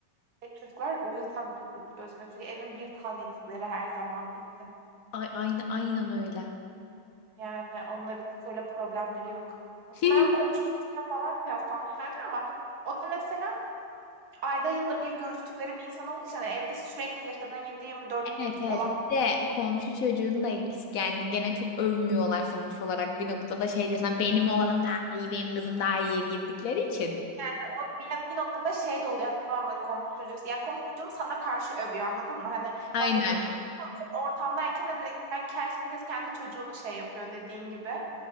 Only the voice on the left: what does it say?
Ay, aynen, aynen öyle.
<laughs>
Evet evet.
Bir de komşu çocuğunu da yani gene çok övmüyorlar sonuç olarak bir noktada şey diyorsun benim oğlum daha iyi benim kızım daha iyiye girdikleri için.
Aynen.